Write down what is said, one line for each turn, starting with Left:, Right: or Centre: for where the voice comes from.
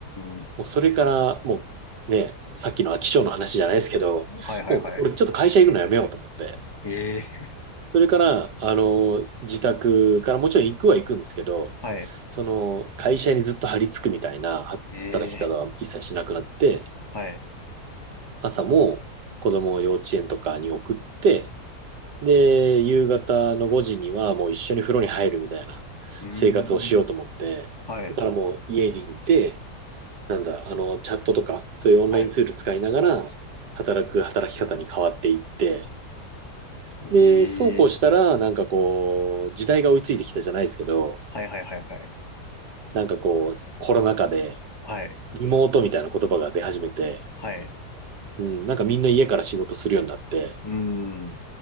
Left: ーん。
Right: もうそれからもうね、さっきの飽き性の話じゃないですけど、
Left: はい、はい、
Right: もう俺ちょっと会社行くのやめようと思って、
Left: はい。ええ、
Right: それから、あの、自宅からもちろん行くは行くんですけど、
Left: はい。
Right: その、会社にずっと張り付くみたいな働き方は一切しなくなって、
Left: ええ、はい。
Right: 朝も子供を幼稚園とかに送って、で、夕方の5時にはもう一緒に風呂に入るみたいな生活をしようと思って、
Left: うーん、はい。
Right: だからもう家にいて、なんだ、あの、チャットとか、そういうオンラインツール使いながら、
Left: はい。
Right: 働く働き方に変わっていって、
Left: ええ、
Right: で、そうこうしたら、なんかこう、時代が追いついてきたじゃないですけど、
Left: はい。はい。はい。はい。
Right: なんかこう、コロナ禍で、
Left: はい。
Right: リモートみたいな言葉が出始めて、
Left: はい。
Right: うん、なんかみんな家から仕事するようになって、
Left: うーん、